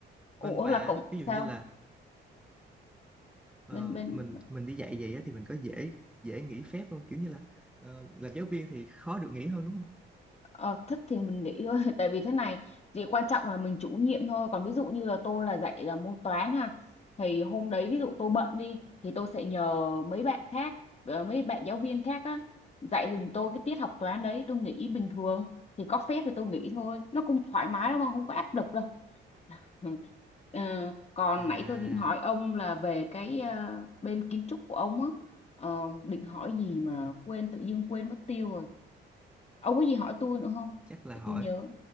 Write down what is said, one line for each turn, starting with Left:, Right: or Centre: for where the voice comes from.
Left: ủa
Centre: bên bà
Left: là
Centre: á,
Left: cũng
Centre: ví dụ như
Left: sao?
Centre: là ờ,
Left: bên bên
Centre: mình mình đi dạy vậy á, thì mình có dễ dễ nghỉ phép không kiểu như là ờ, làm giáo viên thì khó được nghỉ hơn đúng không
Left: ờ, thích thì mình nghĩ thôi <laughs> tại vì thế này thì quan trọng là mình chủ nhiệm thôi còn ví dụ như là tôi là dạy là môn toán ha thì hôm đấy ví dụ tôi bận đi thì tôi sẽ nhờ mấy bạn khác ờ, mấy bạn giáo viên khác á dạy dùm tôi cái tiết học toán đấy tôi nghỉ bình thường thì có phép thì tôi nghỉ thôi nó cũng thoải mái lắm mà không có áp lực đâu <laughs> Ừ. Ờ, còn
Centre: à
Left: nãy tôi định hỏi ông là về cái ờ, bên kiến trúc của ông á Ờ, định hỏi gì mà
Centre: ừ,
Left: quên tự dưng quên mất tiêu rồi ông có gì hỏi tôi nữa không
Centre: chắc là
Left: để
Centre: hỏi
Left: tôi nhớ